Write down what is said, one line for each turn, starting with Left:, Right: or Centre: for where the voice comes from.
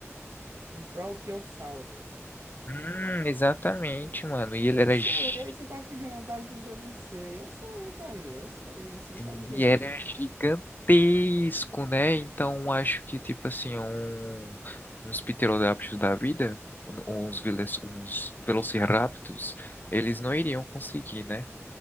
Right: Brachiosauro.
Left: Hum, exatamente, mano. E ele
Right: Eu
Left: era,
Right: sei,
Left: gi-
Right: você tá achando, tá achando que eu não sei. Eu sei, carinha, eu sei, eu sou inteligente.
Left: ele era gigantesco, né? Então acho que, tipo assim, um, uns pterodáptios da vida, um- uns, vele- uns velociraptors, eles não iriam conseguir, né?